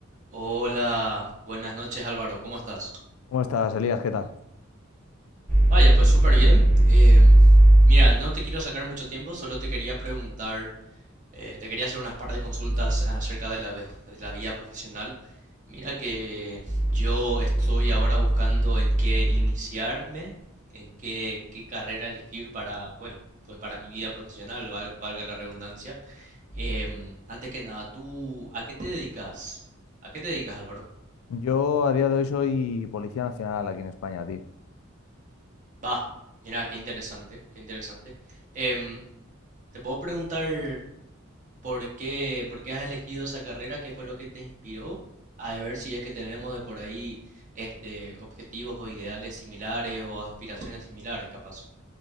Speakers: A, on the right; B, on the left.
A: Hola, buenas noches Álvaro, ¿cómo estás?
B: ¿Cómo estás, Elías? ¿Qué tal?
A: Vaya, pues súper bien. Eh, mira, no te quiero sacar mucho tiempo, solo te quería preguntar, eh, te quería hacer unas par de consultas acerca de la, de la vida profesional. Mira que yo estoy ahora buscando en qué iniciarme, en qué, qué carrera elegir para, bueno, pues para mi vida profesional, val- valga la redundancia. Em, antes que nada, ¿tú a qué te dedicas? ¿A qué te dedicas, Álvaro?
B: Yo a día de hoy soy policía nacional aquí en España, tío.
A: Va, mira, qué interesante, qué interesante. Em, ¿te puedo preguntar por qué, por qué has elegido esa carrera? ¿Qué fue lo que te inspiró? A ver si es que tenemos de por ahí este, objetivos o ideales similares o aspiraciones similares, capaz.